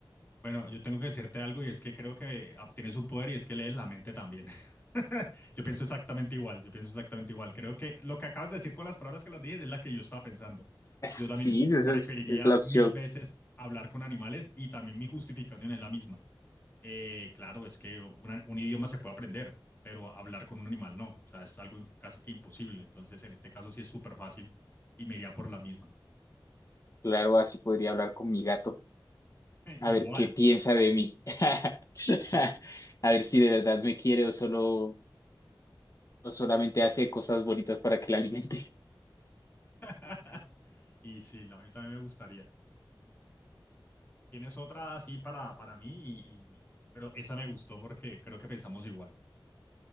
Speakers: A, on the left; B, on the left.
A: Bueno, yo tengo que decirte algo y es que creo que ah, tienes un poder y es que lees la mente también. <laughs> Yo pienso exactamente igual, yo pienso exactamente igual. Creo que lo que acabas de decir con las palabras que las dije es la que yo estaba pensando.
B: Es-
A: Yo también
B: Sí, esa
A: preferiría
B: es, es la opción.
A: mil veces hablar con animales y también mi justificación es la misma. Eh, claro, es que una- un idioma se puede aprender, pero hablar con un animal no. O sea, es algo casi que imposible. Entonces, en este caso sí es súper fácil y me iría por la misma.
B: Claro, así podría hablar con mi gato,
A: <laughs>
B: a ver
A: Igual.
B: qué piensa de mí. <laughs> A ver si de verdad me quiere o solo o solamente hace cosas bonitas para que la alimente.
A: <laughs> Y sí, la- a mí también me gustaría. Tienes otra así para, para mí, y, y- pero esa me gustó porque creo que pensamos igual.